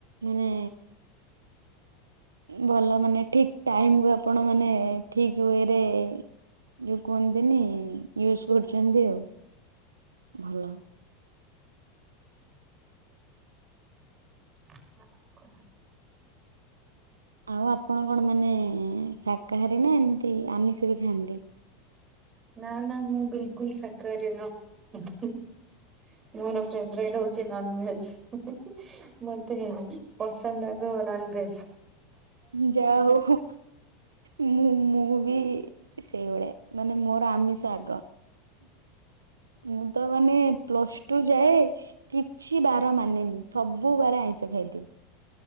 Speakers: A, on the right; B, on the right.
A: ମାନେ ଭଲ ମାନେ ଠିକ ଟାଇମକୁ ଆପଣ ମାନେ ଠିକ ୱେରେ ଯୋଉ କୁହନ୍ତିନି ୟୁଜ କରୁଛନ୍ତି ଆଉ ଭଲ।
B: ଆଉ କଣ?
A: ଆଉ ଆପଣ କଣ ମାନେ ଶାକାହାରୀ ନା ଏମିତି ଆମିଷ ବି ଖାଆନ୍ତି।
B: ନା ନା ମୁଁ ବିଲକୁଲ ସକାର ନୁହ ହୁଁ ହୁଁ ମୋର ଫେବ ରେଟ୍ ହୋଉଛି ନନ୍ ଭେଜ ହୁଁ ହୁଁ ହିଁ ମତେ ପସନ୍ଦ ଆଗ ନନ୍ ଭେଜ।
A: ଯା ହୋଉ ହୁଁ। ମୁଁ ମୁଁ ବି ସେଇଭଳିଆ ମାନେ ମୋର ଆମିଷ ଆଗ। ମୁଁ ତ ମାନେ ପ୍ଲସ ଟୁ ଯାଏ କିଛି ବାର ମାନେନି ସବୁ ବାର ଆଇଁଷ ଖାଇଦିଏ।